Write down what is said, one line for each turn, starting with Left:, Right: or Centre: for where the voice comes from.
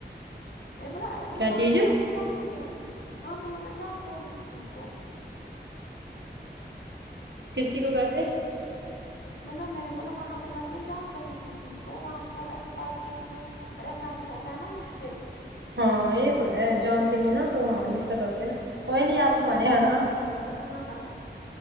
Left: نہیں بولا مطلب
Right: کیا
Left: وہاں
Right: چیز
Left: پہ مطلب جانتے ہیں وہاں پہ مطلب جانتے ہیں کسی کو
Right: کسی کو کیسے
Left: مطلب میں نے بولا وہاں پہ متل جانتے ہیں کسی کو وہاں ایسے پردیس میں رہنا بھی ہوتا ہے نا مشکل
Right: ہاں یہ تو ہے جانتے نہیں نا تو ہاں دقت آتی نا کوئی نہیں آپ ہمارے ہے نا
Left: دقت